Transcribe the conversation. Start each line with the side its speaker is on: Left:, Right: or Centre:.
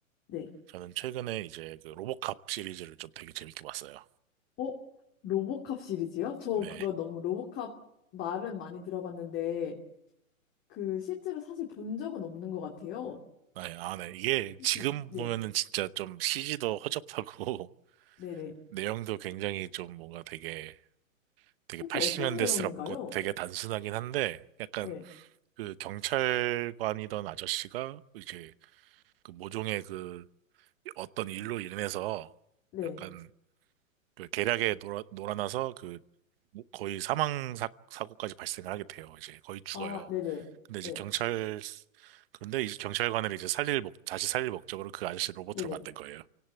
Left: 네.
Right: 저는 최근에 이제 그 로보캅 시리즈를 좀 되게 재밌게 봤어요.
Left: 어? 로보캅 시리즈요? 저
Right: 네.
Left: 그거 너무 로보캅 말은 많이 들어봤는데 그 실제로 사실 본 적은 없는 것 같아요.
Right: 네, 아, 네. 이게
Left: 혹시,
Right: 지금
Left: 네,
Right: 보면은 진짜 좀 CG도 허접하고
Left: 네 네.
Right: <laughs> 내용도 굉장히 좀 뭔가 되게 되게
Left: 혹시
Right: 80년대스럽고
Left: 어떤 내용인가요?
Right: 되게 단순하긴 한데 약간
Left: 네,
Right: 그 경찰관이던 아저씨가 이제 그 모종의 그 어떤 일로 인해서
Left: 네.
Right: 약간 그 계략에 놀아, 놀아나서 그 뭐 거의 사망 사, 사고까지 발생을 하게 돼요. 이제 거의 죽어요.
Left: 아, 네네.
Right: 근데 이제
Left: 네,
Right: 경찰 그런데 이 경찰관을 이제 살릴 목 다시 살릴 목적으로 그 아저씨 로봇으로
Left: 네네.
Right: 만든 거예요.